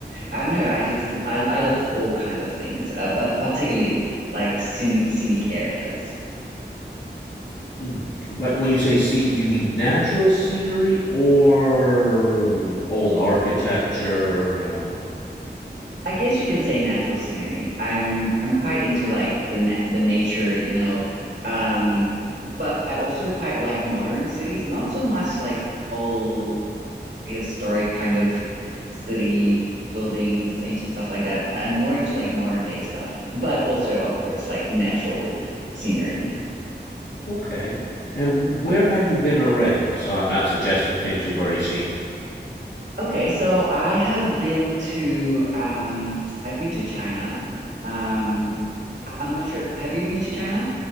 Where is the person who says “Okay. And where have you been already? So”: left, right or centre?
Left